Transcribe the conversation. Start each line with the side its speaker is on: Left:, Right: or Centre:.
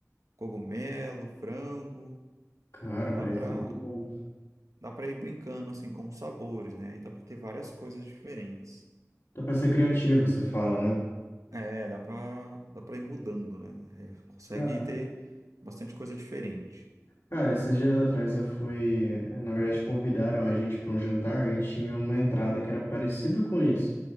Right: cogumelo, frango.
Left: Cara,
Right: Dá
Left: parece
Right: pra,
Left: muito bom.
Right: dá pra ir brincando assim com os sabores, né? E dá pra ter várias coisas diferentes.
Left: Dá pra ser criativo, você fala, né?
Right: É, dá pra, dá pra ir mudando, né? É, consegue
Left: Cara,
Right: ter bastante coisa diferente.
Left: cara, esses dias atrás eu fui. eh, Na verdade, convidaram a gente para um jantar e tinha uma entrada que era parecida com isso.